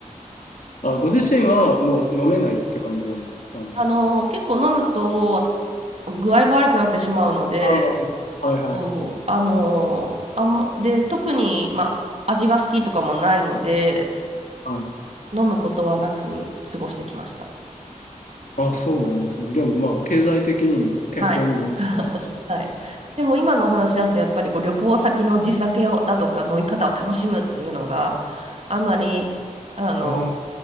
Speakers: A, on the left (about 85°); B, on the right (about 55°).
A: あ、ご自身はもう飲めないって感じなんですかあに
B: <laughs> あの、結構飲むと具合が悪くなってしまうので、
A: あ、なるほど。はいはいはい。
B: そう、あの、あんま、で、特に、まあ、味が好きとかもないので、
A: はい。
B: 飲むことはなく過ごしてきました。
A: あ、そうなんですね。でもまあ、経済的にも健康にもいいですよね。
B: はい。<laughs> はい。でも今のお話だとやっぱりこう旅行先の地酒をだとか飲み方を楽しむっていうのがあんまりあの
A: ああ、